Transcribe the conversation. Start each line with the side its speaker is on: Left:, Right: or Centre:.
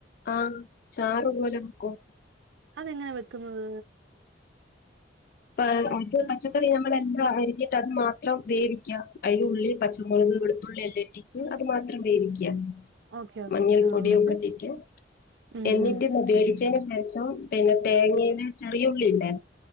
Left: ആാ ചാറ് പോലെ വേക്കും
Right: അത് എങ്ങനാ വെക്ക്ന്നത്
Left: പ അത് പച്ചക്കറി ഞമ്മള് എന്താരിക്കും അത് മാത്രം വേവിക്ക്യാ അയില് ഉള്ളി, പച്ചമുളക്, വൊള തുള്ളിയെല്ലാം ഇട്ടിട്ട് അത് മാത്രം വേവിക്ക്യാ
Right: ഓക്കെ ഓക്കെ
Left: മഞ്ഞൾ
Right: ആ
Left: പൊടിയൊക്കെ
Right: എന്നിട്ട്
Left: ഇട്ടിട്ട്
Right: ഉം
Left: എന്നിട്ട്
Right: ഉം
Left: ഉപയോഗിച്ചേന് <unintelligible> പിന്നെ തേങ്ങേനെ ചെറിയ ഉള്ളില്ലെ